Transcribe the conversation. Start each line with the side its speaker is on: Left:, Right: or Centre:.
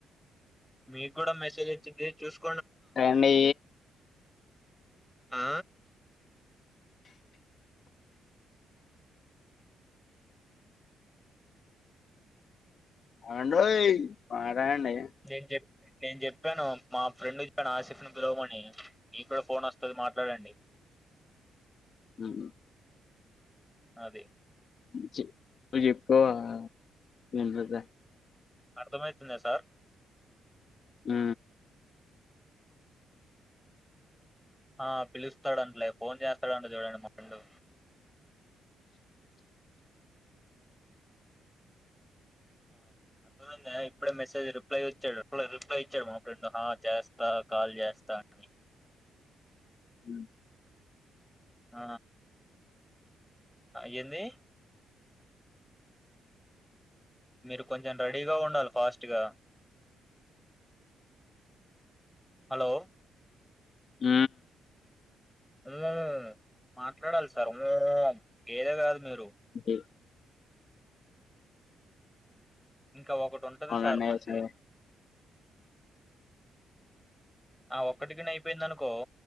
Centre: మీకు కూడా మెసేజ్ వచ్చింది చూసుకో
Left: రండి
Centre: ఆ
Left: అండి ఓయ్ రాండి
Centre: నేను చెప్ నేను చెప్పాను మా ఫ్రెండ్ కు చెప్పాను ఆసిఫ్ని పిలవమని మీకు కూడా ఫోన్ వస్తుంది మాట్లాడండి
Left: ఉఉ
Centre: అది
Left: <unintelligible>
Centre: అర్దమయితుందా సార్
Left: ఊ
Centre: ఆ పిలుస్తాడంటలే ఫోన్ చేస్తాడంట చూడండి మా ఫ్రెండు ఆ అర్ద మైంద ఇప్పుడే మెసేజ్ రిప్లై వచ్చాడు రిప్లై ఇచ్చాడు మా ఫ్రెండ్ హ చేస్తా కాల్ చేస్తా అని
Left: అ
Centre: ఆ ఆ ఏంది మీరు కొంచెం రెడీగా ఉండాలి ఫాస్ట్ గా హలో
Left: ఊ
Centre: ఊ మాట్లాడాలి సార్ ఓ గేదె కాదు మీరు
Left: ఏ
Centre: ఇంకా ఒకటి ఉంటది
Left: అవునండి
Centre: సార్ మంది
Left: సరే
Centre: ఆ ఒక్కటిగిన అయిపోయింది అనుకో